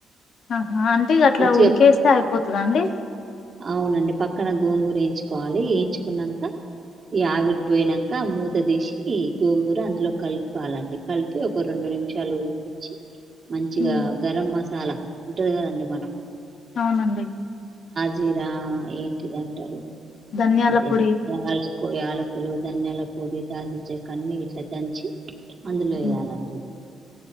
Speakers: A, on the left; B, on the right.
A: ఆహా అంటే ఇగ అట్లా
B: మంచిగా
A: ఉడికేస్తే అయిపోతద అండి
B: అవునండి పక్కన గోంగూర ఎయించుకోవాలి ఎయించుకున్నాక ఈ ఆవిరి పోయినంక మూత తీసి గోంగూర అందులో కల్పాలండి కలిపి ఒక రెండు నిమిషాలు ఉడికించి మంచిగా
A: ఉమ్,
B: గరం మసాలా ఉంటది కదండి మనం
A: అవునండి
B: జీరా ఏంటిది అంటారు
A: ధనియాల
B: అదే
A: పొడి
B: యాలకు యాలకులు దన్యాల పోడి దాల్చిన చెక్క అన్ని ఇట్లా దంచి అందులో
A: ఉహు.
B: ఎయాలండి